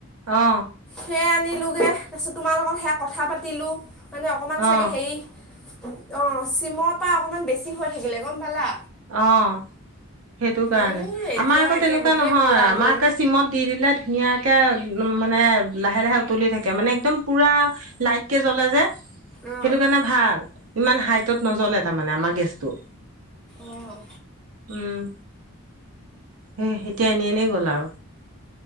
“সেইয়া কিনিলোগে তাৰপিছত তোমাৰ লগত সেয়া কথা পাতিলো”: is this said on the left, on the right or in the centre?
Centre